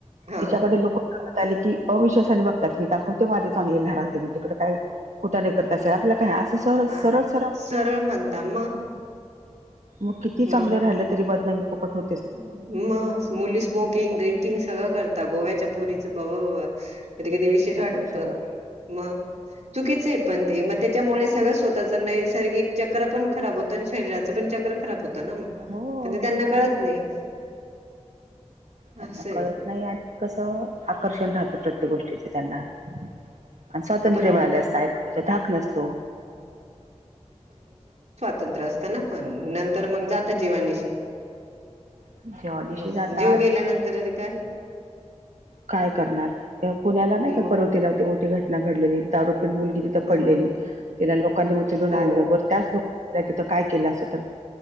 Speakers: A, on the right (about 70°); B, on the right (about 85°).
A: हा
B: तिच्याकडे लोक आली की अविश्वासाने बघतात हे दाखवते माझे चांगली <unintelligible> राहते मग तिकडे काय कुठाने करत असेल आपल काय असं सर सरळ
A: आ
B: म्हणतात.
A: सरळ म्हणता मग
B: मग किती चांगलं
A: मग
B: राहिलं तरी बदनामी फुकट होते.
A: मग मुली स्मोकिंग
B: पण
A: ड्रिंकिंग सगळं करतात गोव्याच्या पोरीच बावा बा कधी कधी विशेष
B: सगळं
A: वाटत
B: सगळं
A: मग चुकिचय पण ते मग त्याच्यामुळे सगळंच स्वतःच नाही नैसर्गिक चक्र पण खराब होतं आणि शरीराचं पण चक्र खराब होत. तन मग
B: हो
A: पण ते त्यांना कळत नाही.
B: त्यांना
A: असं आहे
B: कळत नाही आणि कसं आकर्षण राहतं प्रत्येक गोष्टीच त्यांना. आणि स्वातंत्र्य
A: आपण
B: मिळाल असत आई बाबाचा धाक नसतो.
A: स्वतंत्र असत ना पण नंतर मग जाता जीवानिशी.
B: जेव्हा दिवशी
A: मग
B: जातात
A: जीव गेल्यानंतर ते काय.
B: काय करणार पुण्याला नाही का
A: मग
B: परवतीला ती मोठी घटना घडलेली दारू पिऊन मुलगी तिथ पडलेली
A: हो
B: तिला लोकांनी उचलून
A: हो
B: आणल ब त्याच लोक तिथं काय केलं असं तर